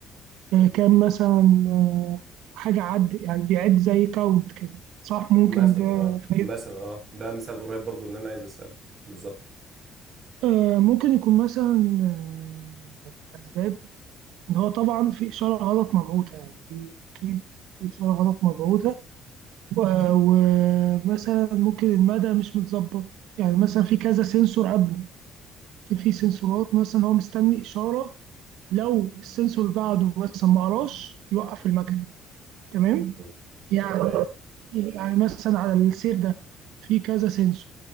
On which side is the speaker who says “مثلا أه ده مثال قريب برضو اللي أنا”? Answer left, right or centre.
Right